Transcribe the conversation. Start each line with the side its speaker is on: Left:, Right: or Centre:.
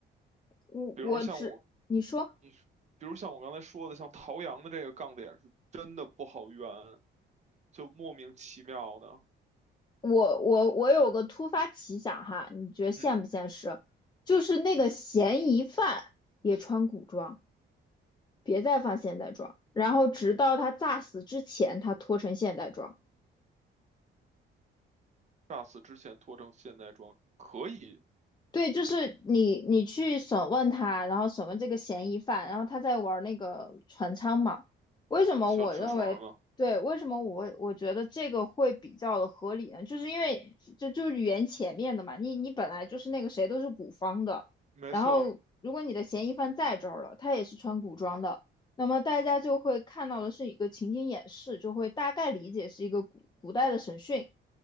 Left: 我我只，
Right: 比如像我，
Left: 你说。
Right: 嗯比如像我刚才说的，像陶阳的这个杠点是真的不好圆，就莫名其妙的。
Left: 我我我有个突发奇想哈，你觉得现不现实？
Right: 嗯
Left: 就是那个嫌疑犯也穿古装，别再放现代装，然后直到他诈死之前，他脱成现代装。
Right: g a 之前脱成现在装可以
Left: 对，就是你你去审问他，然后审问这个嫌疑犯，然后他在玩那个船舱嘛。为什么我认为，
Right: 小纸船吗？
Left: 对，为什么我我觉得这个会比较的合理呢？就是因为这就是语言前面的嘛，你你本来就是那个谁都是古方的，
Right: 没错，
Left: 然后如果你的嫌疑犯在这儿了，他也是穿古装的，那么大家就会看到的是一个情景演示，就会大概理解是一个古古代的审讯。